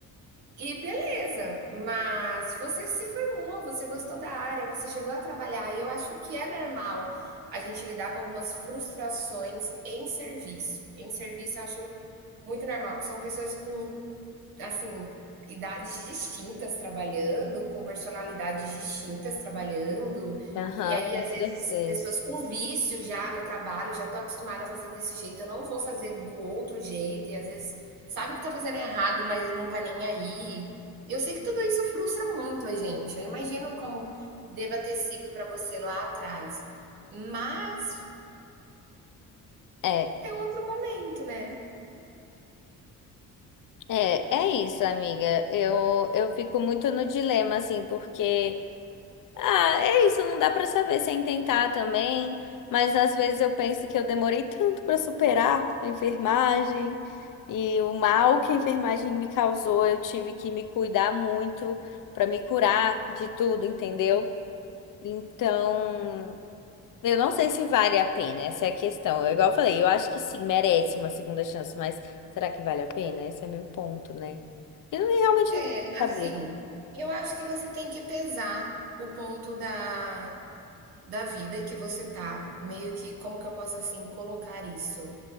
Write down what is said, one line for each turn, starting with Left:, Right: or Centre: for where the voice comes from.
Right: E beleza, mas você se formou, você gostou da área, você chegou a trabalhar, e eu acho que é normal a gente lidar com algumas frustrações em serviço. Em serviço eu acho muito normal, que são pessoas com assim, idades distintas trabalhando, com personalidades distintas trabalhando.
Left: Aham,
Right: E aí,
Left: com
Right: às vezes,
Left: certeza.
Right: pessoas com vício já no trabalho, já estou acostumada a fazer desse jeito, eu não vou fazer do outro jeito, e às vezes sabe que está fazendo errado, mas não está nem aí. Eu sei que tudo isso frustra muito a gente. Eu imagino como deva ter sido para você lá atrás. Mas
Left: É.
Right: é outro momento, né?
Left: É, é isso, amiga. Eu, eu fico muito no dilema, assim, porque, ah, é isso, não dá pra saber sem tentar também, mas às vezes eu penso que eu demorei tanto pra superar a enfermagem e o mal que a enfermagem me causou, eu tive que me cuidar muito pra me curar de tudo, entendeu? Então. Eu não sei se vale a pena, essa é a questão. Eu, igual eu falei, eu acho que sim, merece uma segunda chance, mas será que vale a pena? Esse é meu ponto, né? Eu não- realmente
Right: É,
Left: não tenho como saber.
Right: assim, eu acho que você tem que pesar o ponto da, da vida que você tá, meio que como que eu posso assim colocar isso?